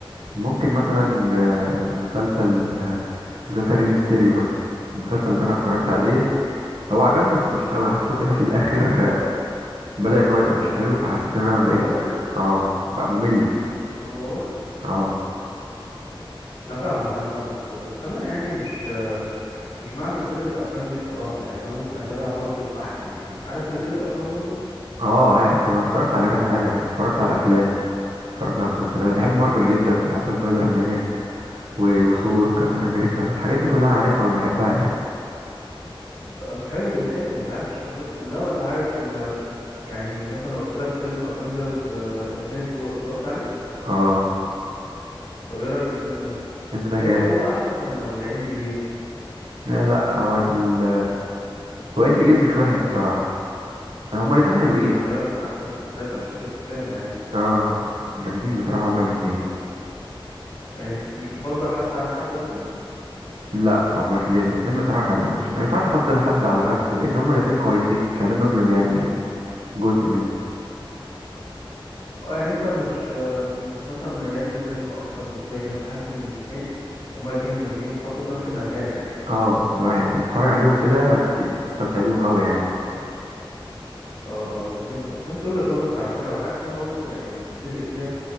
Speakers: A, on the right (about 90°); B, on the left (about 80°).
A: ممكن مثلا آه، مسلسل آه، مسلسل ريمستيريو مثلا المسلسل ده انا اتفرجت عليه هو عجبني بس مش قوي حسيته كده في الاخر آه، بدأ ان هو يبقى مش حلو فحسيت ان انا بقيت
B: بوخ
A: اه بقى ممل
B: حاسس ان هو بوخ
A: اه
B: انا فاهمك انا فاهمك هو بس انا يعني مش مش مع سلسله الافلام دي بصراحه يعني انا ممكن اتابع مارفل احسن يعني عارف سلسله افلام مارفل
A: اه عارف ده انا اتفرجت على كذا حاجة يعني اتفرجت على افلام اتفرجت على مسلسلات بحب مارفل جدا وبحب سبايدر مان و- وثور وكابتن امريكا الحاجات دي كلها انا عارفها وبحبها يعني
B: طب حلو حلو انت عارف الشخصيات كلها ولا عارف ال... يعني مثلا لو قلت لك فيلم افنجرز انفينيتي وور اتفرجت عليه
A: اه
B: طب ايه رايك في الفيلم ده
A: الفيلم ده
B: شايفه
A: جامد
B: هو احسن ولا ولا اند جيم
A: لا لا هو ال... هو اند جيم مش وحش بصراحة هما الاتنين حلوين
B: اند جيم خلي بالك من احسن المسلسلات انا شفته في السينما يعني
A: اه جامدين بصراحة هما الاتنين
B: يعني مش تفضل حد عن حد مثلا
A: لا هما في الاتنين بصراحة حلو مش ما ينفعش افضل حد على حد لان هما الاتنين كويسين مش عايزين نظلم يعني جزء منهم
B: اه يعني انت مش مش مثلا ميال لفيلم اكتر من التاني انت حاسس ان الاتنين هما الاتنين جامدين اتحطوا في نفس المكانة يعني
A: اه اللي هو يعني تتفرج عليهم كده ت- تستمتع بيهم قوي يعني
B: اه اه انا فهمتك فهمت وجهة نظرك على فكرة وحاسس ان انا برضو يعني متفق فيها